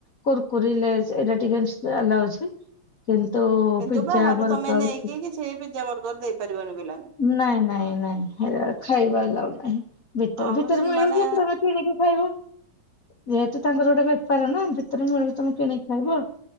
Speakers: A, on the left; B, on the right.
A: କୁର୍ କୁରୀ, ଲେଜ୍ ଏଗୁଡ଼ା ଟିକେ ଆଲ୍ଲାଓ ଆଛି। ତୋ
B: କିନ୍ତୁ
A: ପିଜ୍ଜା
B: ବାହାରୁ
A: ବର୍ଗର
B: ତମେ ନେଇକି କିଛି ପିଜା ବର୍ଗର ଦେଇପାରିବନି ପିଲାଙ୍କୁ।
A: ନାଇଁ ନାଇଁ ନାଇଁ ଖାଇବା ଆଲ୍ଲାଉଡ଼। <inaudible> ଭିତରେ
B: ଆଉ
A: ଭିତରେ ମୁଁ
B: ମାନେ
A: ଏଠୁ କିଏ ନେଇକି ଖାଇବ। ଯେହେତୁ। ତାଙ୍କର ଗୋଟେ ବେପାର ନା ଭିତରେ ମିଳୁଛି ତମେ କିଣିକି ଖାଇବ।